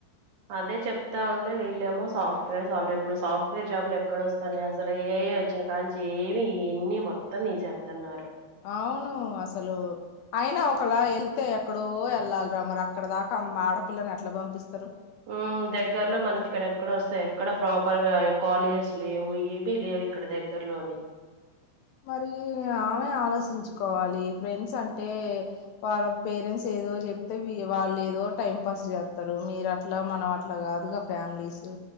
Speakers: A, on the right; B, on the left.
A: అదే చెప్తా ఉంటే విల్లేమో సాఫ్ట్వేర్ సాఫ్ట్వేర్ ఇప్పుడు సాఫ్ట్వేర్ జాబ్లు ఎక్కడ వస్తాన్నయి అసలు ఏ ఏ వచ్చినా కానీ ఏమి ఎన్ని మొత్తం తీసేస్తున్నారు.
B: అవును అసలు అయినా ఒకలా వెళ్తే ఎక్కడో వెళ్ళాలిరా మరి అక్కడ దాకా ఆడపిల్లని ఎట్లా పంపిస్తారు.
A: ఊ దగ్గరలో మనకి ఇక్కడ ఎక్కడ వస్తా ఎక్కడ ప్రాపర్గా కాలేజెస్ లేవు ఏవి లేవు ఇక్కడ దగ్గర్లో అని
B: మరి ఆమె ఆలోచించుకోవాలి ఫ్రెండ్స్ అంటే వాళ్ళ పేరెంట్స్ ఏదో చెప్తే వాళ్ళు ఏదో టైం పాస్ చేస్తారు మీరు అట్లా మనం అట్లా కాదుగా ఫ్యామిలీసు